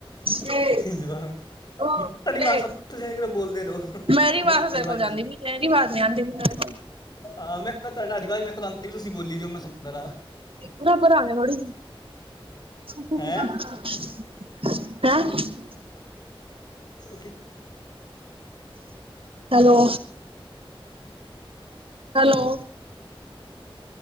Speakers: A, on the right (about 70°); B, on the left (about 45°).
A: ਤੇ
B: ਜਵਾਬ ਮੈਂ
A: ਉਹ
B: ਤੁਹਾਡੀ ਆਵਾਜ਼
A: ਤੇ
B: ਸੁਣ- ਤੁਸੀਂ ਇਹ ਕਿਹੜਾ ਬੋਲਦੇ ਰਹੋ ਮੈਂ
A: ਮੈਂਰੀ ਆਵਾਜ
B: ਤੁਹਾਡੀ
A: ਤੇਰੇ
B: ਆਵਾਜ਼
A: ਕੋਲ ਜਾਂਦੀ
B: ਹੁੰਦੀ
A: ਪੀ। ਤੇਰੀ ਅਵਾਜ ਨੀ ਆਂਦੀ ਪਈ ਮਾੜੀ, ਮਾੜੀ
B: ਆ ਮੈਂ ਕਿਹਾ ਤੁਹਾਡੀ ਅਵਾਜ ਵਾ ਮੇਰੇ ਕੋਲ ਆਂਦੀ ਵੀ ਤੁਸੀਂ ਬੋਲੀ ਜੋ ਮੈਂ ਸੁਣਦਾ ਰਾ।
A: ਊਰਾ ਪਰਾ ਹੋ ਜਾ ਥੋੜੀ ਜੀ। <unintelligible>
B: ਹੈ ਕੀ
A: ਹੇਲੋ। Hello